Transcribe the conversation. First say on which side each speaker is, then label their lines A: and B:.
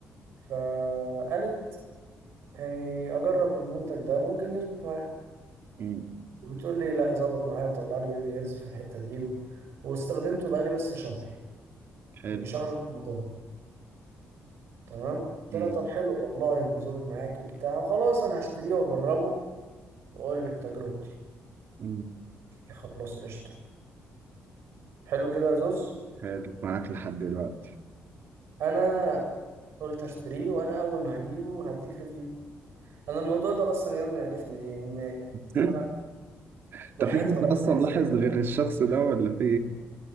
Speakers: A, on the right (about 75°); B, on the right (about 55°).
A: فقالت يعني اجرب المنتج ده ممكن يظبط معايا
B: امم
A: وبتقول لي لا ظبط معايا وطلع لي بيبي هيرز في الحتة دي و... واستخدمته بقى لي بس شهر
B: حلو
A: من شهر رمضان تمام قلت
B: امم
A: لها طب حلو والله انه ظابط معاكي وبتاع وخلاص انا هشتريه واجربه واقول لك تجربتي
B: امم
A: خلاص قشطة حلو كده يا زوز
B: حلو معاك لحد دلوقتي
A: انا قلت اشتريه وانا اول ما هجيبه هديك ريفيو انا الموضوع ده اصلا يا ابني عرفني ليه ان
B: <laughs>
A: انا
B: طب
A: وحياة
B: في حد
A: ربنا
B: اصلا
A: يا زياد
B: لاحظ
A: انا
B: غير الشخص ده ولا في